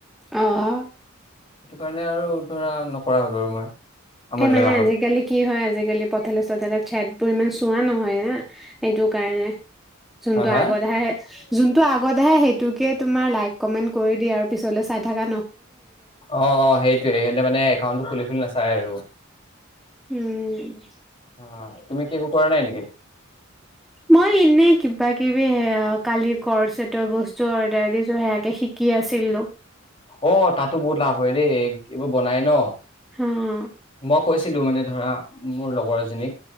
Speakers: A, in the centre; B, on the left.
A: অহ।
B: সেইটো কাৰণে আৰু ধৰা নকৰা হ'লো আৰু মই। আমনি
A: এই মানে
B: লগা হ'ল
A: আজিকালি কি হয় আজিকালি পথাল। তাতে চাইদবোৰ ইমান চোৱা নহয় আ সেইটো কাৰণে। যোনটো
B: হা হা?
A: আগতে আহে যোনটো আগত আহে সেইটোকে তোমাৰ লাইক কমেন্ট কৰি দিয়া আৰু পিছলে চাই থাকা।
B: অ-অ, সেইটোয়ে সিহঁতে মানে একাউণ্টটো খুলি-খুলি নাচালে। তাই আৰু।
A: উম,
B: অ' তুমি কি একো কৰা নাই নেকি?
A: মই এনে কিবা-কিবি সেই কালিৰ, কৰ্চেতৰ বস্তু অৰ্ডাৰ দিছো সেয়াকে শিকি আছিলো
B: অ' তাতো বহু লাভ। হয় দেই এইবোৰ বনাই ন।
A: অ
B: ম কৈছিলোঁ মানে ধৰা মোৰ লগৰ এজনীক